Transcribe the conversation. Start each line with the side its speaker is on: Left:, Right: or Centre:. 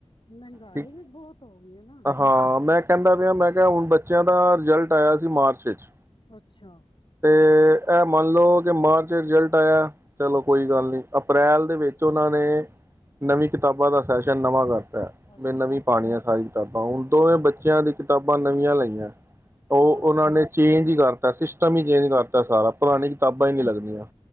Left: ਮਹਿੰਗਾਈ
Right: ਠੀਕ।
Left: ਵੀ ਬਹੁਤ- ਹੋ ਗਈ ਹੈ ਨਾ
Right: ਹਾਂ, ਮੈਂ ਕਹਿੰਦਾ ਪਿਆ, ਮੈਂ ਕਿਹਾ ਹੁਣ ਬੱਚਿਆਂ ਦਾ ਰਿਜ਼ਲਟ ਆਇਆ ਸੀ, ਮਾਰਚ 'ਚ।
Left: ਅੱਛਾ।
Right: ਅਤੇ, ਇਹ ਮੰਨ ਲਓ, ਕਿ ਮਾਰਚ ਰਿਜ਼ਲਟ ਆਇਆ ਚਲੋ ਕੋਈ ਗੱਲ ਨਹੀਂ, ਅਪ੍ਰੈਲ ਦੇ ਵਿੱਚ ਉਹਨਾਂ ਨੇ ਨਵੀਂ ਕਿਤਾਬਾਂ ਦਾ ਸੈਸ਼ਨ ਨਵਾਂ ਕਰਤਾ।
Left: ਅੱਛਾ
Right: ਮ ਨਵੀਂ ਪਾਣੀ ਆ ਸਾਰੀ ਕਿਤਾਬਾਂ, ਹੁਣ ਦੋਵੇਂ ਬੱਚਿਆਂ ਦੀ ਕਿਤਾਬਾਂ ਨਵੀਆਂ ਲਈਆਂ। ਉਹ,
Left: ਹਾਂ
Right: ਉਹਨਾਂ ਨੇ ਚੇਂਜ ਹੀ ਕਰਤਾ। ਤਸੀਸ਼ ਮੀ ਦੇੇਣਗਾ ਸਾਰਾ ਪੁਰਾਣੀ ਕਿਤਾਬਾਂ ਹੀ, ਨੀ ਲੱਗਦੀਆਂ,